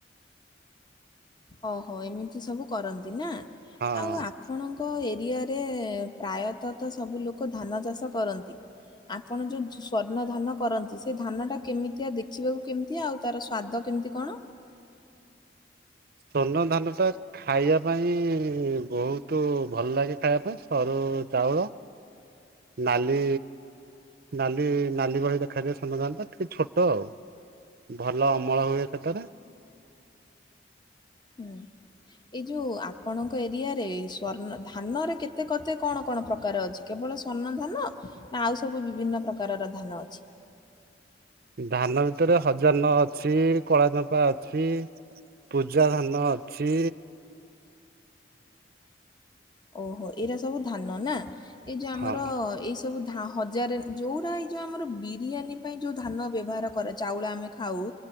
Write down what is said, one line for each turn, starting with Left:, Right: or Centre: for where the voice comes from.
Left: ଓହୋ ଏମିତି ସବୁ କରନ୍ତି ନା।
Right: ହଁ
Left: ଆଉ ଆ ଆପଣଙ୍କ ଏରିଆରେ ପ୍ରାୟତଃ ତ ସବୁ ଲୋକ ଧାନ ଚାଷ କରନ୍ତି। ଆପଣ ଯୋଉ ସ୍ଵର୍ଣ୍ଣ ଧାନ କରନ୍ତି ସେ ଧାନ ଟା କେମିତିଆ ଦେଖିବାକୁ କେମ ତି ଆଉ ତାର ସ୍ଵାଦ କେମିତି କଣ।
Right: ସ୍ୱର୍ଣ୍ଣ ଧାନ ଟା ଖାଇବା ପାଇଁ ବହୁତ ଭଲ ଲାଗେ ଖାଇବା ପାଇଁ ସରୁ ଚାଉଳ। ନାଲି ନାଲି ନାଲି ଭଳି ଦେଖାଯାଏ ସ୍ୱର୍ଣ୍ଣଧାନ ଟା ଟିକେ ଛୋଟ ଆଉ। ଭଲ ଅମଳ ହୁଏ ସେଥେରେ।
Left: ହୁଁ। ଏଇ ଯୋଉ ଆପଣଙ୍କ ଏରିଆରେ ସ୍ଵର୍ଣ୍ଣ ଧାନରେ କେତେ କତେ କଣ କଣ ପ୍ରକାର ଅଛି। କେବଳ ସ୍ଵର୍ଣ୍ଣ ଧାନ ନା ଆଉ ସବୁ ବିଭିନ୍ନ ପ୍ରକାରର ଧାନ ଅଛି।
Right: ଧାନ ଭିତରେ ହଜାର ନ ଅଛି କଳା ଚମ୍ପା ଅଛି। ପୂଜା ଧାନ ଅଛି।
Left: ଓହୋ ଏଇରା ସବୁ ଧାନ ନା ଏଇ ଯେ ଆମର
Right: ହଁ
Left: ଏଇ ସବୁ ଧା ହଜାରେ ଯୋଉ ରା ଏଇ ଯ ଆମର ବିରିୟାନୀ ପାଇଁ ଯେଉ ଧାନ ବ୍ୟବହାର କରେ ଚାଉଳ ଆମେ ଖାଉ